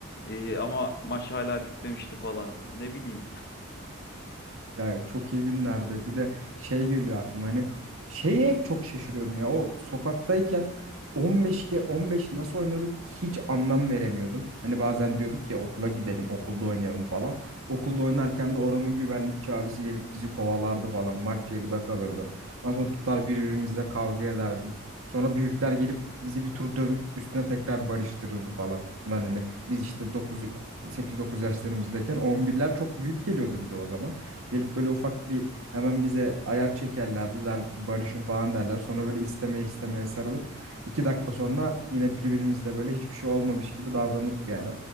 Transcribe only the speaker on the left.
Ee, ama maç hala bitmemişti falan. Ne bileyim